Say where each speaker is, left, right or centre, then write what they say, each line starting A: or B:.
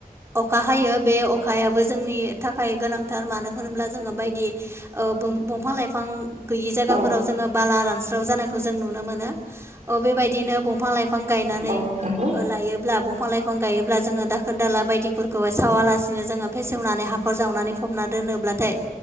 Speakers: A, on the right; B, on the right.
A: अखा हायो बे अखायाब जोंनि थाखाय गोनांथार मानो होनोब्ला जोङो बायदि ओ बोम बंफां लाइफ फां गैयि जायगा
B: औ
A: ला रानस्राव जानायखौ जों नुनो मोनो ओ बेबायदिनो बंफां लाइफ फां गायनानै
B: औ नंगौ
A: लायोब्ला दंफां लाइफ फां गायोब्ला जोङो दाखोर दाला बायदिफोरखौहाय सावालासिनो जोङो फेसेवनानै हाखर जावनानै फबना दोनोब्लाथाय